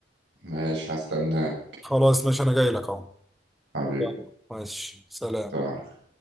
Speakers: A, on the right; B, in the centre.
A: ماشي هستناك
B: خلاص ماشي انا جاي لك اهو
A: حبيبي
B: يلا، ماشي سلام
A: سنة